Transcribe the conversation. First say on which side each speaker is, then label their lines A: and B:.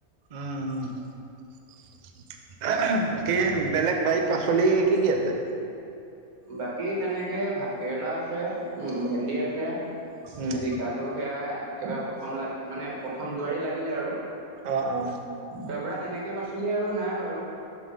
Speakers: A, on the right; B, on the right.
A: উম উম বাকী বেলেগ বাৰীত পাচলি কি কি আছে
B: বাকী তেনেকে ভাত কেৰেলা আছে উম, ভেন্দি আছে,
A: উম,
B: জিকাটো সেয়াই এইবাৰ প্ৰথম লাগি মানে প্ৰথম যোৱাৰী লাগিলে আৰু।
A: অ', অ',
B: তাৰ পৰা তেনেকে আৰু পাচলি আৰু নাই বাৰু।